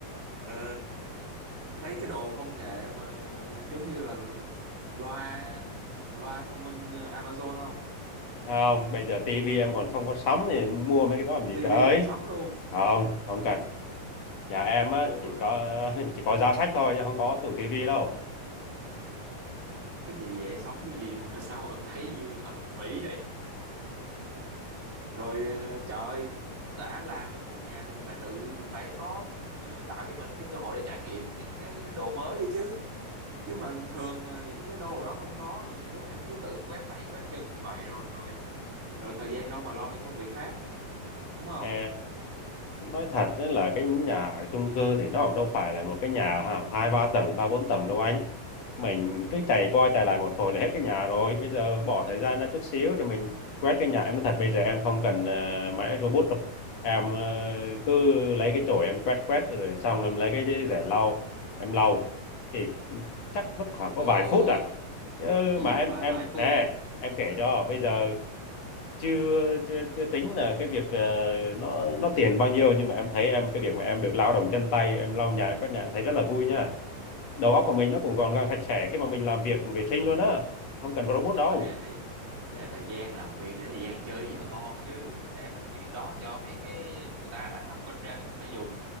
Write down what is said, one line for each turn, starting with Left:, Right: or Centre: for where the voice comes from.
Right: ờ, mấy cái đồ công nghệ mà giống như là loa loa thông minh ờ, Amazon không
Left: không bây giờ tivi em còn không có sắm thì mua mấy cái đó làm gì
Right: tivi
Left: trời
Right: không sắm luôn
Left: không không cần nhà em
Right: rồi rốt
Left: á
Right: cuộc
Left: chỉ
Right: là
Left: có <laughs> chỉ có giá sách thôi chứ không có tủ tivi đâu
Right: cái gì vậy sống cái gì mà <laughs> sao thấy như thần nguyên thủy vậy rồi ờ, trời ơi đã làm với mua nhà thì mình phải tự mình phải có ờ, tạo cho mình cái cơ hội để trải nghiệm những cái đồ mới đi chứ chứ bình thường mà những cái đồ đó không có rồi nhiều lúc em cứ tự quét tay quét chân như vậy rồi rồi rồi thời gian đâu mà lo những công việc khác đúng không
Left: Ờ, nói thật á là cái nhà chung cư thì nó cũng đâu phải là một cái nhà ha, hai ba tầng ba bốn tầng đâu anh mình cứ chạy qua chạy lại một hồi là hết cái nhà rồi bây giờ bỏ thời gian ra chút xíu rồi mình quét cái nhà em nói thật bây giờ em không cần ờ, máy robot đâu em ờ, cứ lấy cái chổi em quét quét rồi xong em lấy cái rẻ lau em lau thì chắc mất
Right: Ôi
Left: khoảng
Right: dồi ôi,
Left: có vài phút à chứ
Right: gì
Left: mà em
Right: mà
Left: em
Right: vài phút.
Left: nè em kể cho bây giờ chưa chưa chưa tính là cái việc ờ, nó nó tiền bao nhiêu nhưng mà em thấy em cái việc mà em được lao động chân tay em lau nhà em quét nhà em thấy rất là vui nha đầu óc của mình nó cũng gọn gàng sạch sẽ khi mà mình làm việc vệ sinh luôn á không cần robot
Right: Trời
Left: đâu
Right: để thì để thời gian làm việc, để thời gian chơi với vợ con chứ. Để mấy cái chuyện đó cho mấy cái người ta đã phát minh ra thì mình phải dùng.